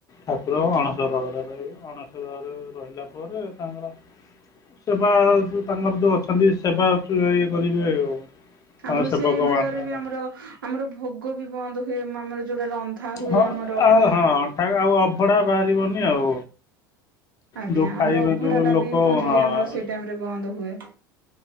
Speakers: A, on the left; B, on the right.
A: ଠାକୁର ଅଣସର ଘରେ ରହିବେ। ମାସ ରହିଲା ପରେ ତାଙ୍କର ସେବା ଯୋଉ ତାଙ୍କର ଯେଉଁ ଅଛନ୍ତି ସେବା ଇଏ କରିବେ ଆଉ ତାଙ୍କ
B: ଆମର
A: ସେବକମାନେ
B: ସେଇ ବେଳରେ ବି
A: ଆଉ
B: ଆମର ଆମର ଭୋଗ ବି ବନ୍ଦ ହୁଏ ଆମର ଯୋଉଟା ରନ୍ଧା ଆଉ ହୁଏ
A: ହଁ
B: ଆମର ଦ୍ଭା
A: ଆଉ ହଁ ଆଉ ଅଭଢଡ଼ା ବାହାରିବନି ଆଉ।
B: ଆଜ୍ଞା
A: ଯେଉଁ ଖାଇବା
B: ଆମର ଅଭଢା
A: ଯେଉଁ
B: ଟା
A: ଲୋକ
B: ବି ପୁରୀରେ
A: ହଁ
B: ଆମର ସେ ଟାଇମରେ ବନ୍ଦ ହୁଏ।